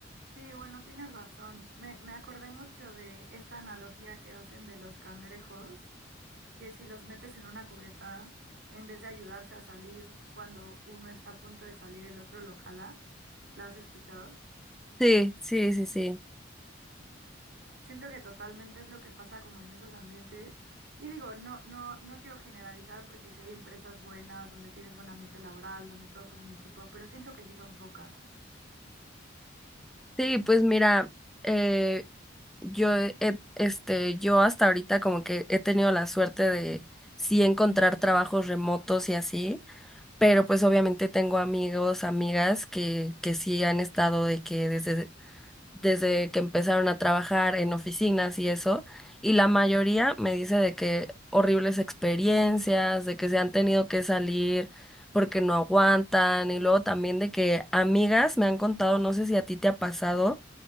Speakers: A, on the right; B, in the centre.
A: Sí, bueno, tienes razón. Me, me acordé mucho de esta analogía que hacen de los cangrejos, que si los metes en una cubeta, en vez de ayudarse a salir cuando uno está a punto de salir, el otro lo jala. ¿La has escuchado?
B: Sí, sí, sí, sí.
A: Siento que totalmente es lo que pasa como en esos ambientes. Y digo, no, no, no quiero generalizar porque si hay empresas buenas, donde tienes buen ambiente laboral, donde todos son un equipo, pero siento que sí son pocas.
B: Sí, pues mira, eh, yo he- he- este, yo hasta ahorita como que he tenido la suerte de sí encontrar trabajos remotos y así, pero pues obviamente tengo amigos, amigas que, que sí han estado de que desde, desde que empezaron a trabajar en oficinas y eso, y la mayoría me dice de que horribles experiencias, de que se han tenido que salir porque no aguantan, y luego también de que amigas me han contado, no sé si a ti te ha pasado